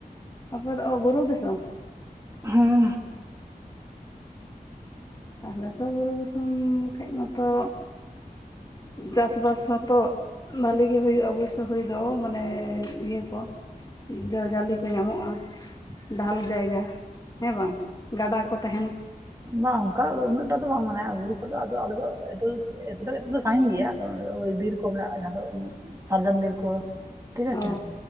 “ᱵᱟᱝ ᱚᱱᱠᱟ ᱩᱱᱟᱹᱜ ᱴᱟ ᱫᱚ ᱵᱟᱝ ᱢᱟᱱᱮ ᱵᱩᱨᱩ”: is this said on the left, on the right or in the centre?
Right